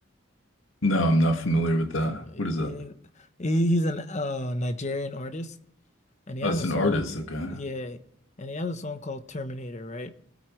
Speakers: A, on the left; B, on the left.
A: No, I'm not familiar with that.
B: Uh,
A: What is that?
B: Yeah, he- He's an uh Nigerian artist. and he
A: Oh,
B: has
A: it's
B: a
A: an
B: song,
A: artist. Okay.
B: yeah, and he has a song called Terminator, right?